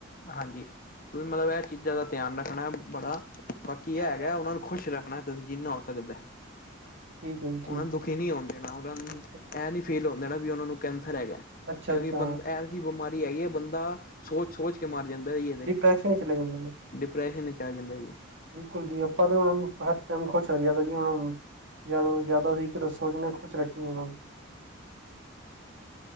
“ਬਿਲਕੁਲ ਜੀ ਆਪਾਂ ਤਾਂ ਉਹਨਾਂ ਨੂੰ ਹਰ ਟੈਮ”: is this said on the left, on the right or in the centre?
Right